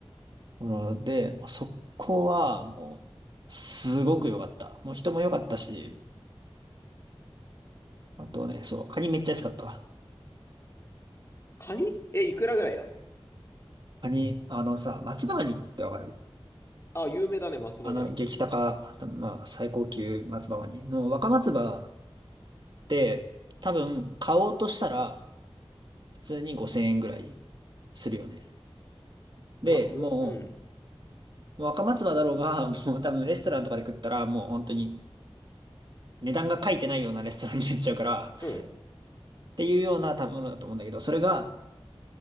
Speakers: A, on the right (about 50°); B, on the left (about 30°).
A: うんで、まあそこはもう、すごく良かった。もう人も良かったし、あとね、そう、カニめっちゃ安かったわ。
B: カニえ、いくらぐらいなの
A: カニ、あのさ、松葉ガニってわかる
B: あ、有名だね、松葉ガニ。
A: あの、激高、多分まあ、最高級松葉ガニの若松葉って、多分買おうとしたら、普通に5000円ぐらいするよね。
B: 松うん。
A: で、もう、若松葉だろうが、<laughs> もう多分レストランとかで食ったら、もう本当に値段が書いてないようなレストランになっちゃうから、っ
B: うん。
A: ていうような食べ物だと思うんだけど、それが